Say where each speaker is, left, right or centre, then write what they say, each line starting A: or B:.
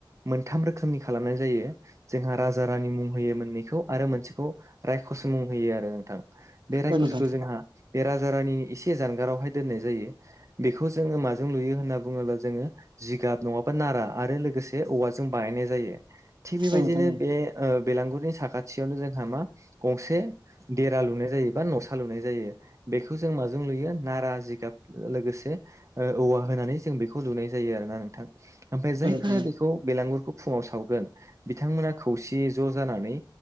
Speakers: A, on the right (about 40°); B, on the right (about 85°).
A: मोनथाम रोखोमनि खालामनाय जायो। जोंहा राजा रानि मुं होयो मोननैखौ आरो मोनसेखौ रायखस मुं होयो आरो नोंथां। बे रायखसखौ
B: ओ नोंथां
A: जोंहा बे राजा रानिनि एसे जानगारावहाय दोननाय जायो। बेखौ जोङो माजों लुयो होनना बुङोब्ला जोङो जिगाब नङाबा नारा आरो लोग गोसे औवाजों बानायनाय जायो। थिग बेबायदिनो
B: औ नोंथां औ
A: बे ओ बेलांगुरिनि साखाथियावनो जोंहा मा गंसे देरा लुनाय जायो, बा न'सा लुनाय जायो। बेखौ जों माजों लुयो नारा, जिगाब लोगोसे ओ औवा होनानै जों बेखौ लुनाय जायो आरो ना नोंथां। ओमफाय जायफोरा
B: ओ नोंथां औ
A: बेखौ बेलांगुरखौ फुङाव सावगोन बिथांमोना खौसेयै ज' जानानै